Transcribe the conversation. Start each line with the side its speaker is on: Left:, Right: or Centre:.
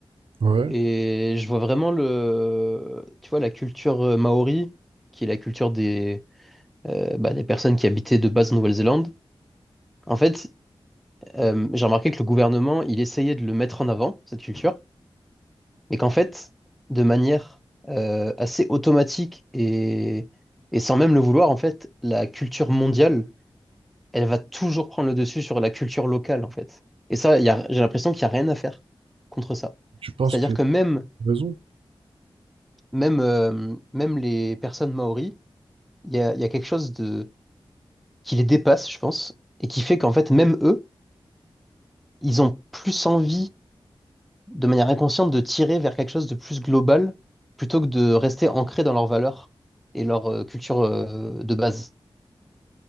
Right: Ouais.
Centre: et je vois vraiment le, tu vois, la culture euh, maori qui est la culture des, euh, bah, des personnes qui habitaient de base en Nouvelle-Zélande. En fait, euh, j'ai remarqué que le gouvernement il essayait de le mettre en avant cette culture, mais qu'en fait, de manière euh, assez automatique et et sans même le vouloir, en fait, la culture mondiale elle va toujours prendre le dessus sur la culture locale, en fait. Et ça, il y a- j'ai l'impression qu'il n'y a rien à faire contre ça.
Right: Tu penses
Centre: C'est-à-dire
Right: que tu
Centre: que même,
Right: as raison?
Centre: même, euh, même les personnes maoris, il y a, il y a quelque chose de, qui les dépasse, je pense, et qui fait qu'en fait, même eux, ils ont plus envie, de manière inconsciente, de tirer vers quelque chose de plus global plutôt que de rester ancrés dans leurs valeurs et leur euh, culture euh, de base.